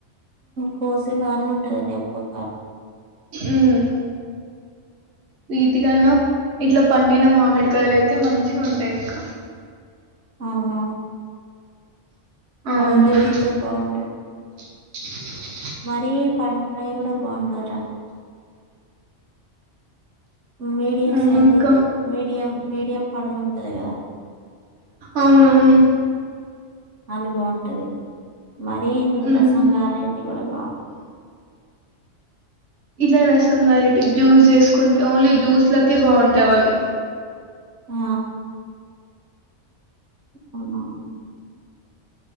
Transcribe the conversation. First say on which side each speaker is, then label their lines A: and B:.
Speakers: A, on the right; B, on the right.
A: కోసే బాగానే ఉంటదిలే ఉప్పు, కారం.
B: హ్మ్ వీటికన్నా ఇట్లా పండిన మామిడికాయలు అయితే మంచి ఉంటాయి. ఇంకా
A: అవునవును.
B: అవును
A: పండు ఆయితే బావుంటది
B: <inaudible>
A: మరీ పండినయి కూడా బాగుం డవ్ రా మీడియం
B: అవునక్క
A: సైజ్ అయితే మీడియం మీడియం పండు ఉంటది కదా
B: అవునవును
A: అది బాగుంటది మరీ
B: మ్మ్
A: రసం గారేటివి కూడ బాగుండవ్
B: ఇలా రసం కారేటివి జ్యూస్ చేసుకుంటే ఓన్లీ జ్యూస్ లకే బాగుంటవి అవి
A: ఆ అవునవును